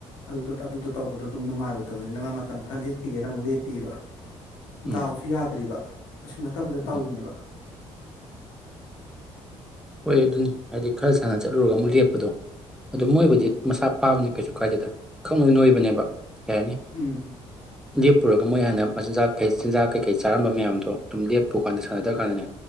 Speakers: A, on the left (about 80°); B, in the centre.
A: ꯑꯗꯨ ꯑꯗꯨꯗꯣ ꯇꯧꯕꯗꯣ ꯑꯗꯨꯝ ꯉꯥꯏꯔꯣꯏꯕꯅꯤ ꯅ ꯃꯇꯝ ꯈꯔ ꯂꯦꯞꯄꯤꯒꯦꯅ ꯑꯃꯨꯛ ꯂꯦꯞꯄꯤꯕ
B: ꯎꯝ
A: ꯗꯥꯎꯁꯨ ꯌꯥꯗ꯭ꯔꯤꯕ ꯀꯩꯁꯨ ꯅꯠꯇꯕꯗ ꯇꯧꯔꯤꯅꯦꯕ
B: ꯎꯝ ꯍꯣꯏ ꯑꯗꯨꯅꯤ ꯍꯥꯏꯗꯤ ꯈꯔ ꯁꯥꯟꯅ ꯆꯠꯂꯨꯔꯒ ꯑꯃꯨꯛ ꯂꯦꯞꯄꯗꯣ ꯑꯗꯨ ꯃꯣꯏꯕꯨꯗꯤ
A: ꯎꯝ
B: ꯃꯁꯥ꯫ ꯄꯥꯕꯅꯦ ꯀꯩꯁꯨ ꯀꯥꯏꯗꯦꯗ ꯈꯪꯅꯣꯏ ꯅꯣꯏꯕꯅꯦꯕ ꯀꯩ ꯍꯥꯏꯅꯤ
A: ꯎꯝ
B: ꯂꯦꯞꯄꯨꯔꯒ ꯃꯣꯏ ꯍꯥꯟꯅ ꯃꯆꯤꯟꯖꯥꯛ ꯀꯩ ꯆꯤꯟꯖꯥꯛ ꯀꯩꯀꯩ ꯆꯥꯔꯝꯕ ꯃꯌꯥꯝꯗꯣ ꯑꯗꯨꯝ ꯂꯦꯞꯄꯨ ꯀꯥꯟꯗ ꯁꯥꯟꯅꯗ꯭ꯔ ꯀꯥꯟꯗꯅꯦ